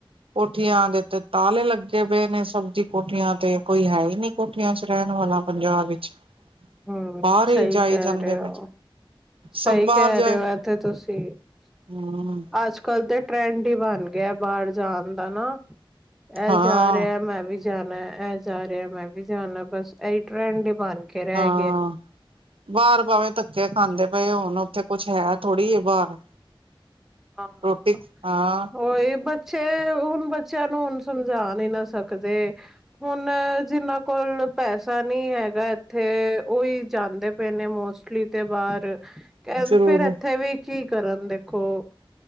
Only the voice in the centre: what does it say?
ਹੂੰ,
ਸਹੀ
ਕਹਿ
ਰਹੇ
ਹੋ। ਸਹੀ
ਕਹਿ
ਰਹੇ ਹੋ ਤੇ ਤੁਸੀਂ,
ਅੱਜ-ਕੱਲ ਦੇ, ਟਰੈਂਡ ਬਣ ਗਿਆ ਬਾਹਰ ਜਾਣ ਦਾ ਨਾ, ਇਹ
ਜਾ ਰਿਹਾ ਮੈਂ ਵੀ ਜਾਣਾ, ਇਹ ਜਾ ਰਿਹਾ ਮੈਂ ਵੀ ਜਾਣਾ, ਬਸ ਇਹੀ ਟ੍ਰੈਂਡ ਬਣ ਗਿਆ। ਕੇ ਰਹਿ
ਹਾਂ
ਉਹੀ ਬਸ ਤੇ ਹੁਣ ਬੱਚਿਆਂ ਨੂੰ ਹੁਣ ਸਮਝਾ ਹੀ ਨਾ ਸਕਦੇ, ਹੁਣ ਜਿੰਨਾ ਕੋਲ ਪੈਸਾ ਨਹੀਂ ਹੈਗਾ ਇੱਥੇ, ਉਹੀ ਜਾਂਦੇ ਪਏ ਨੇ ਮੋਸਟਲੀ ਤੇ ਬਾਹਰ ਕਹ
ਫੇਰ ਇੱਥੇ ਵੀ ਕੀ ਕਰਨ ਦੇਖੋ